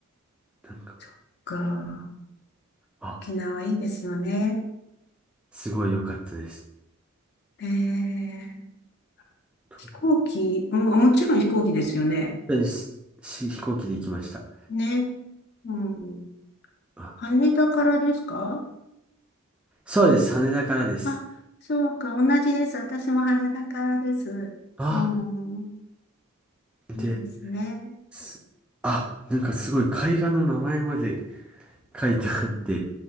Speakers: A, in the centre; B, on the left.
A: なんか
B: そっか。
A: あ、
B: 沖縄いいですよね。
A: すごい良かったです。
B: ええ
A: どこ
B: 飛行機、うん、もちろん飛行機ですよね。
A: です。し、飛行機で行きました。
B: ね。うん。
A: あ、
B: 羽田からですか
A: そうです。羽田からです。
B: あ、そうか。同じです。私も羽田からです。
A: あ、
B: うん。
A: で、
B: そうですね。
A: すあ、なんかすごい海岸の名前まで書いてあって、